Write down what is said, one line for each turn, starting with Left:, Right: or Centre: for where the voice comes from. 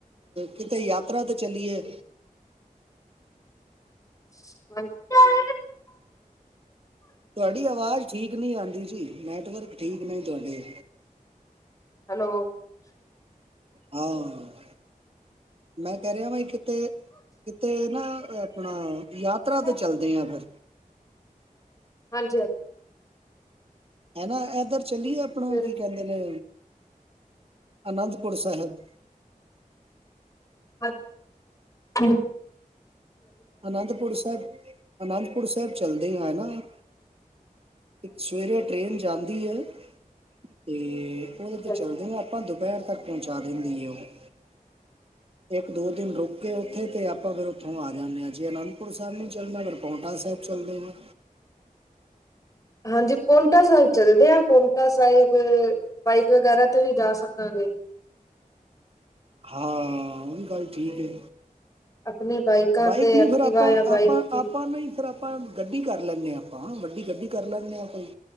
Right: ਕਿਤੇ ਯਾਤਰਾ ਤੇ ਚੱਲੀਏ?
Left: <unintelligible>
Right: ਤੁਵਾਡੀ ਆਵਾਜ਼ ਠੀਕ ਨੀ ਆਂਦੀ ਜੀ ਨੈਟਵਰਕ ਠੀਕ ਨਹੀ ਤੁਵਾਡੇ।
Left: ਹੈਲੋ
Right: ਹ <inaudible> <unintelligible> ਮੈਂ ਕਹ ਰਹਯਾਂ ਬਈ ਕਿਤੇ, ਕਿਤੇ ਨਾ ਆਪਣਾ ਯਾ ਯਾਤਰਾ
Left: ਹਾਂਜੀ-ਹਾਂਜੀ
Right: ਤੇ ਚੱਲਦੇ ਆ ਫੇਰ।
Left: ਹਾਂਜੀ-ਹਾਂਜੀ।
Right: ਹੈ ਨਾ ਏਧਰ ਚੱਲੀਏ ਆਪਣਾ
Left: ਫੇਰ
Right: ਕੀ ਕਹਿੰਦੇ ਨੇ ਅਨੰਦਪੁਰ ਸਾਹਿਬ?
Left: <unintelligible>
Right: ਅਨੰਦਪੁਰ ਸਾਹਿਬ ਅਨੰਦ ਅਨੰਦ ਪੁਰ ਸਾਹਿਬ ਚੱਲਦੇ ਆ ਹੈਨਾ, ਇੱਕ ਸਵੇਰੇ ਟ੍ਰੇਨ ਜਾਂਦੀ ਏ ਤੇ ਉਦੇ ਤੇ
Left: ਜੀ।
Right: ਚੱਲਦੇ ਆਂ ਆਪਾਂ ਦੁ ਦੁਪਹਿਰ ਤੱਕ ਪਹੁੰਚਾ ਦੇਂਦੀ ਏ ਉਹ ਇੱਕ ਦੋ ਦਿਨ ਰੁਕ ਤੇ ਉੱਥੇ ਤਾਂ ਆਪਾਂ ਫੇਰ ਉੱਥੋਂ ਆ ਜਾਂਨੇ ਆਂ ਜੇ ਅਨੰਦਪੁਰ ਸਾਹਿਬ ਨਹੀਂ ਚੱਲਣਾ ਫੇਰ ਪੌਟਾ ਸਾਹਿਬ ਚੱਲਦੇ ਆਂ।
Left: ਹਾਂਜੀ ਪੋਂਟਾ ਸਾਹਿਬ ਚਲਦੇ ਆਂ ਪੋਂਟਾ ਸਾਹਿਬ ਬਾਈਕ ਵਗੈਰਾ ਤੇ ਵੀ ਜਾ ਸਕਾਂਗੇ।
Right: ਹਾਂ। ਓ ਵੀ ਗੱਲ ਠੀਕ ਏ।
Left: ਆਪਣੀ ਬਾਈਕਾਂ
Right: ਬਾਾਈਕ
Left: ਤੇ
Right: ਕਿਉਂ
Left: ਐਕਟਿਵਾ
Right: ਖਰਾਤਾ
Left: ਜਾਂ
Right: ਆਪਾਂ-
Left: ਬਾਈਕ
Right: ਆਪਾਂ
Left: ਤੇ
Right: ਆਪਾਂ ਨਹੀਂ ਫੇਰ ਆਪਾਂ। ਗੱਡੀ ਕਰ ਲੈਂਨੇ ਹਾਂ। ਆਪਾਂ ਵੱਡੀ ਗੱਡੀ ਕਰ ਲੈਂਨੇ ਹਾਂ। ਕੋਈ